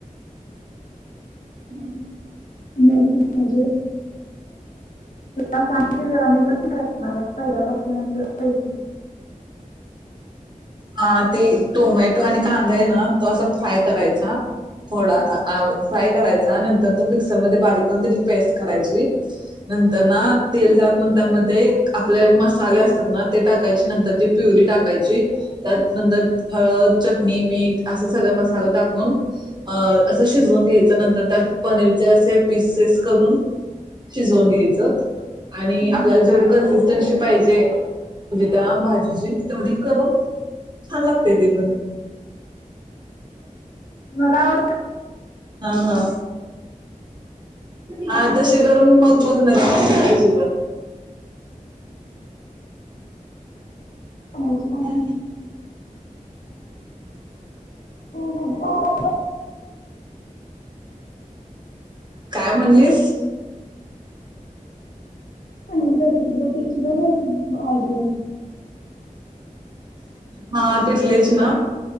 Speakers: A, on the right; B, on the left.
A: हम्म
B: मज ां आममी पण करणार पहिल्यापासूनच क
A: हा ते टोमॅटो आणि कांदा आहे ना तो असा फ्राय करायचा थोडा काय करायचा नंतर तुम्ही मिक्सर मध्ये बारीक करून त्याची पेस्ट करायची नंतर तेल दाखवून त्यामध्ये आपले मसाले असतात ना ते टाकायचे नंतर ती प्युरी टाक का त्या नंतर हळद चटणी मीठ असे सगळे मसाले टाकून अ असं शिजवून घ्यायचं नंतर त्यात पनीरचे असे पिसेस करून शिजवून घ्यायचं आणि आपल्याला जेवढी कन्सिस्टन्सी पाहिजे म्हणजे त्या भाजीची तेवढी करून छान लागते ते पण
B: मला आवडते
A: हा हा हा तशी करून मग बघ ना छान होत्या तशी पण
B: बनवायची.
A: अ
B: म्हणजे तो
A: काय म्हणलीस
B: चांला करत ब ते प पाहिज
A: हा पिटलेच ना